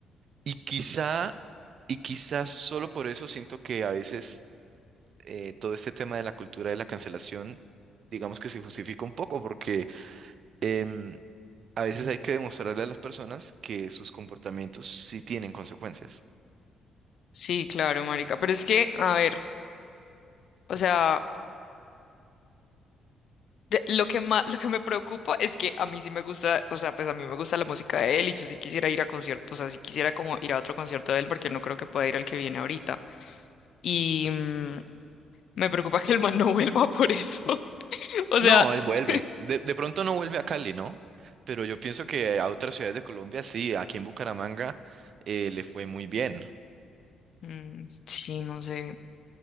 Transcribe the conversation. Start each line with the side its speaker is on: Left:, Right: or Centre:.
Right: y quizá, y quizás solo por eso siento que a veces eh, todo este tema de la cultura de la cancelación, digamos que se justifica un poco porque... em, A veces hay que demostrarle a las personas que sus comportamientos sí tienen consecuencias.
Left: Sí, claro, marica. Pero es que, a ver. O sea, de- lo que más, lo que me preocupa es que a mí sí me gusta, o sea, pues a mí me gusta la música de él y yo sí quisiera ir a conciertos, o sea, sí quisiera como ir a otro concierto de él porque no creo que pueda ir al que viene ahorita. Y mm, me preocupa que el man no vuelva por eso. <laughs> O
Right: No,
Left: sea,
Right: él vuelve.
Left: <laughs>
Right: De, de pronto no vuelve a Cali, ¿no? Pero yo pienso que a otras ciudades de Colombia sí, aquí en Bucaramanga eh, le fue muy bien.
Left: mm, sí, no sé,